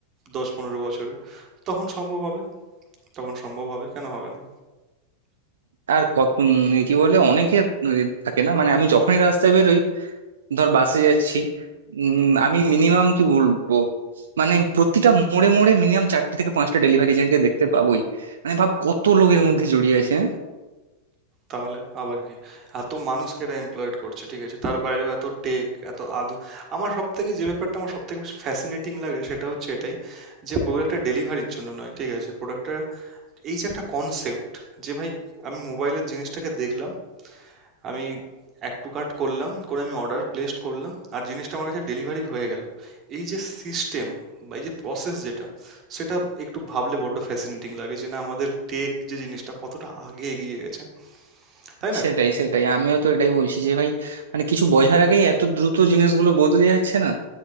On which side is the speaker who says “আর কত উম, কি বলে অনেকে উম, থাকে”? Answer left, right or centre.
Right